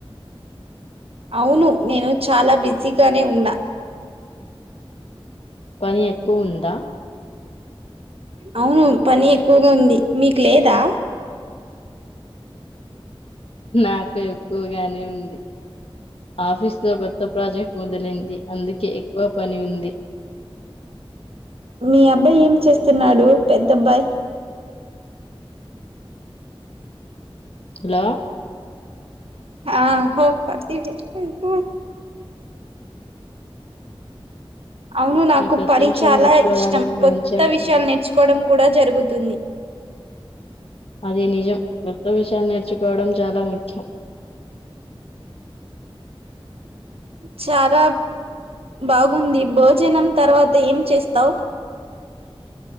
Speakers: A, on the right; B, on the left.
A: అవును నేను చాలా బిజీగానే ఉన్నా.
B: పని ఎక్కువుందా
A: అవును పని ఎక్కువుగ ఉంది మీకు లేదా
B: నాకు ఎక్కువగానే ఉంది ఆఫీస్ లో కొత్త ప్రాజెక్ట్ మొదలైంది అందుకే ఎక్కువ పని ఉంది.
A: మీ అబ్బాయ్ ఏం చేస్తున్నాడు పెద్ద అబ్బాయ్
B: హలో
A: ఆ హో పటి ఇటు ఇవ్వు అవును నాకు
B: ఈ కొత్త
A: పని
B: విషయాలు
A: చాలా
B: నేర్చుకోవడానికి
A: ఇష్టం కొత్త
B: మంచి అవకా
A: విషయాలు నేర్చుకోడం కూడ జరుగుతుంది
B: అది నిజం కొత్త విషయాలు నేర్చుకోవడం చాలా ముఖ్యం
A: చాల బాగుంది భోజనం తర్వాత ఏం చేస్తావ్